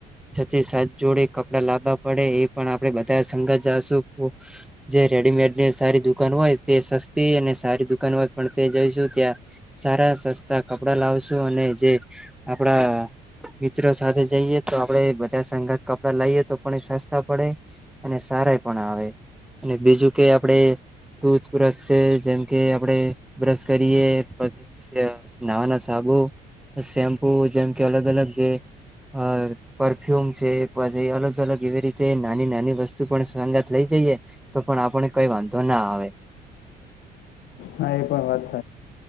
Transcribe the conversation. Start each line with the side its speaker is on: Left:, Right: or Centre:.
Centre: છતી સાત જોડે કપડા લાંબા પડે એ પણ આપે બધા સંઘ જાશું જે રેડીમેડને સારી દુકાન હોય તે સસ્તી અને સારી દુકાાન વા પણ તે જઈશું ત્યા સારા સસ્તા કપડા લાવશો અને જે આપડા મિત્રો જઈએ તો આપડે બધા સંગત કપડા લઈએ તો પણ સસ્તા પડે અને સારા પણ આવે અને બીજું કે આપડે ટુથ બ્રશ છે જેમ કે આપડે બ્ર કરીએ પછી નાવા ના સાબુ સેમ્પુ જેમ કે અલગ અલગ જે અ પરફ્યુમ છે પછી અલગ અલગ એવી રીતે નાની નાની વસ્તુ પણ સંગાત લઇ જ ઈએ તો પણ આપણે કઈ વાંધો ના આવે.
Left: હા એ પણ વાત એ